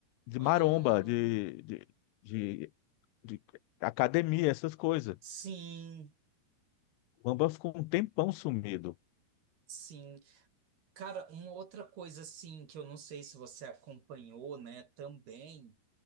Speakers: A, on the left; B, on the right.
A: de
B: Ah,
A: maromba, de, de, de, de academia, essas coisas.
B: sim,
A: O Bambam ficou um tempão sumido,
B: sim. Cara, uma outra coisa assim que eu não sei se você acompanhou, né, também